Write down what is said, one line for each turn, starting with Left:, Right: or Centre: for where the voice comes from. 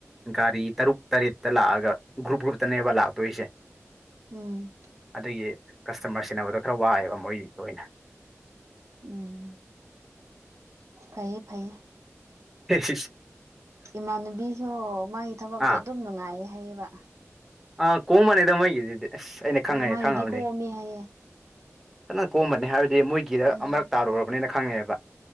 Centre: ꯒꯥꯔꯤ ꯇꯔꯨꯛ ꯇꯔꯦꯠꯇ ꯂꯥꯛꯑꯒ ꯒ꯭ꯔꯨꯞ ꯒ꯭ꯔꯨꯞꯇꯅꯦꯕ ꯂꯥꯛꯇꯣꯏꯁꯦ
Right: ꯎꯝ
Centre: ꯑꯗꯨꯒꯤ ꯀꯁꯇꯃꯔ ꯁꯤꯟꯅꯕꯗꯣ ꯈꯔ ꯋꯥꯏꯑꯦꯕ ꯃꯣꯏꯒꯤꯗ ꯑꯣꯏꯅ
Right: ꯎꯝ ꯐꯩꯌꯦ ꯐꯩꯌꯦ
Centre: ꯍꯦꯁꯤꯁ
Right: ꯏꯃꯥꯟꯅꯕꯤꯁꯨ ꯃꯥꯒꯤ ꯊꯕꯛꯇꯣ
Centre: ꯑꯥ
Right: ꯑꯗꯨꯝ ꯅꯨꯡꯉꯥꯏꯌꯦ ꯍꯥꯏꯌꯦꯕ
Centre: ꯑꯥ ꯀꯣꯝꯕꯅꯤꯗꯥ ꯃꯣꯏꯒꯤꯗꯨꯗꯤ ꯑꯁ ꯑꯩꯅ ꯈꯪꯉꯛꯑꯦ
Right: ꯎꯝ ꯃꯥꯒꯤꯗꯤ
Centre: ꯈꯪꯉꯕꯅꯦ
Right: ꯀꯣꯝꯃꯤ ꯍꯥꯏꯌꯦ
Centre: ꯐꯅ ꯀꯣꯝꯕꯅꯤ ꯍꯥꯏꯕꯗꯤ ꯃꯣꯏꯒꯤꯗ
Right: ꯎꯝ
Centre: ꯑꯃꯨꯔꯛ ꯇꯥꯔꯨꯔꯕꯅꯤꯅ ꯈꯪꯉꯦꯕ